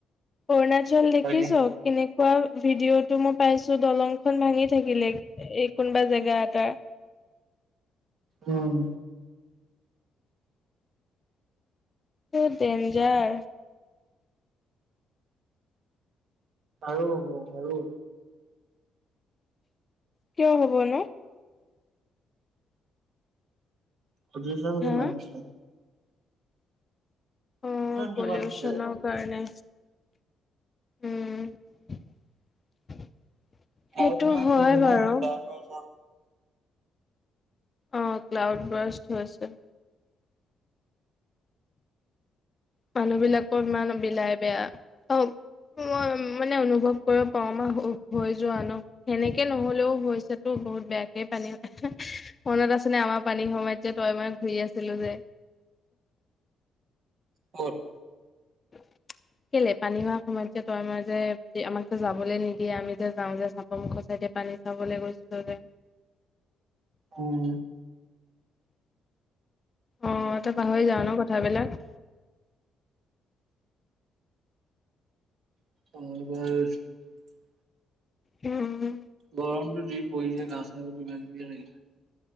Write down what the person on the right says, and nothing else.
বাকী
উম।
আৰু আৰু
অজ চ
কিমান আনিছিলে?
কিমান হৈছে?
ক্লউত
বাছ
আছে
ন ক্লউত বাছ।
কত?
উম।
<unintelligible>
গৰমটো দি পৰিছে <unintelligible> লাগিলে।